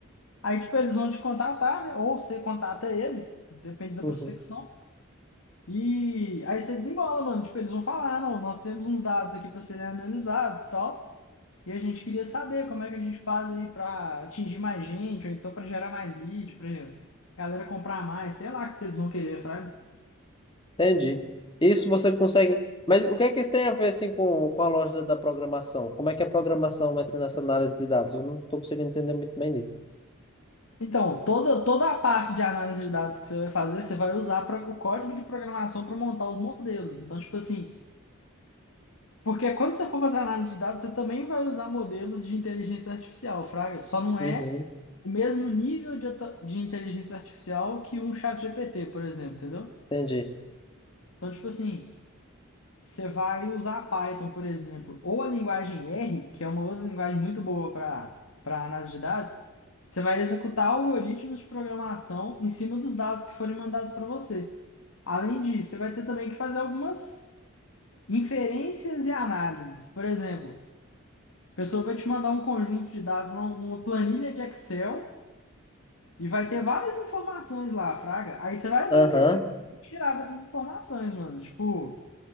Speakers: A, on the left (about 80°); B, on the left (about 25°).
A: Aí tipo, eles vão te contatar, né? Ou você contata eles, depende da
B: uhum.
A: prospecção. E aí você desembola, mano. Tipo, eles vão falar, não, nós temos uns dados aqui para serem analisados, e tal. E a gente queria saber como é que a gente faz aí para atingir mais gente, ou então para gerar mais lead, para galera comprar mais, sei lá o que eles vão querer, fraga.
B: Entendi. Isso você consegue. Mas o que é que isso tem a ver assim com, com a lógica da programação? Como é que a programação entra nessa análise de dados? Eu não estou conseguindo entender muito bem disso.
A: Então, toda, toda a parte de análise de dados que você vai fazer, você vai usar pra- o código de programação para montar os modelos. Então, tipo assim, Porque quando você for fazer análise de dados, você também vai usar modelos de inteligência artificial, Fraga. Só não é
B: Uhum.
A: o mesmo nível de, ata- de inteligência artificial que um chat GPT, por exemplo, entendeu?
B: Entendi.
A: Então, tipo assim, você vai usar Python, por exemplo, ou a linguagem R, que é uma outra linguagem muito boa para para análise de dados, você vai executar algoritmos de programação em cima dos dados que forem mandados para você. Além disso, você vai ter também que fazer algumas inferências e análises. Por exemplo, A pessoa vai te mandar um conjunto de dados, não- uma planilha de Excel, e vai ter várias informações lá, Fraga. Aí você vai
B: Aham.
A: ver o que que você consegue tirar dessas informações, mano. Tipo,